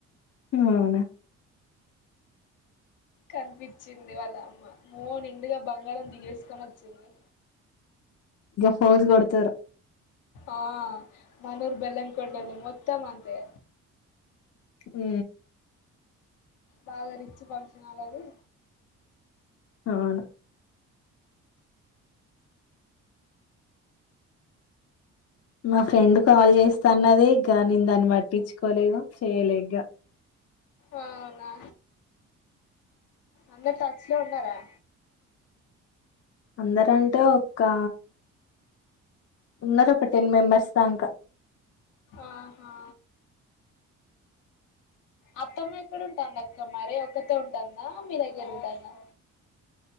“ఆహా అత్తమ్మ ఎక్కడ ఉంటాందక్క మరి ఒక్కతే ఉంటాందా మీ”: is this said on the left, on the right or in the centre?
Left